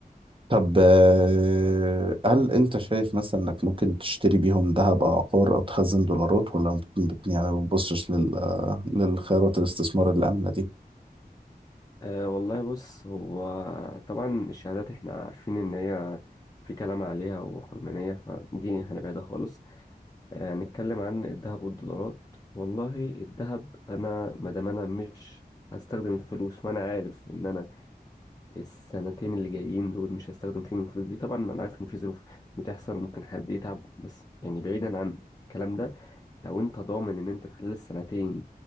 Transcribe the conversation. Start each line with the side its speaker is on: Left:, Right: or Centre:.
Right: طب آه، هل انت شايف مثلا انك ممكن تشتري بيهم ذهب او عقار او تخزن دولارات ولا بت- بت- يعني ما بتبصش لل آه، للخيارات الاستثمار الآمنة دي
Left: أه والله بص هو طبعا الشهادات احنا عارفين ان هي في كلام عليها وحرمانية فدي هنبعدها خالص أه نتكلم عن الذهب والدولارات والله الذهب انا ما دام انا مش هستخدم الفلوس وانا عارف ان انا السنتين اللي جايين دول مش هستخدم فيهم الفلوس دي طبعا انا عارف ان في ظروف بتحصل ممكن حد يتعب بس يعني بعيدا عن الكلام ده لو انت ضامن ان انت في خلال السنتين